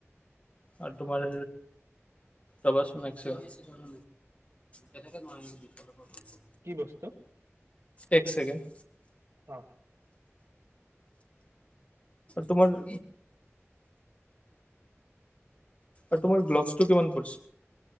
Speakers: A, on the left; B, on the right.
A: আৰু তোমাৰ। ৰবা চুন এক ছেকেণ্ড। তেনেকে <unintelligible>
B: কি বস্তু
A: এক চেকেণ্ড
B: অ
A: তোমাৰ <unintelligible> আৰু তোমাৰ গ্ললছ টো কিমান পৰিছে?